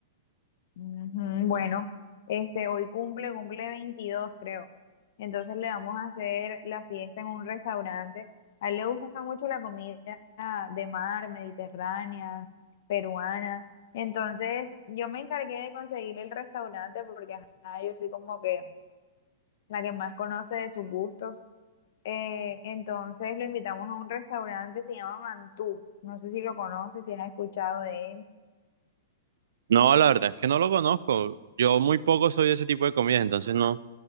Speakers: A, on the left (about 60°); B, on the right (about 70°).
A: Ujú, Bueno, este hoy cumple, cumple 22 creo. Entonces le vamos a hacer la fiesta en un restaurante. A él le gusta mucho la comida de mar, mediterránea, peruana. Entonces yo me encargué de conseguirle el restaurante porque ajá, yo soy como que la que más conoce de sus gustos. Eh, entonces lo invitamos a un restaurante, se llama Mantú. No sé si lo conoce si has escuchado de él.
B: No, la verdad es que no lo conozco. Yo muy poco soy de ese tipo de comidas, entonces no,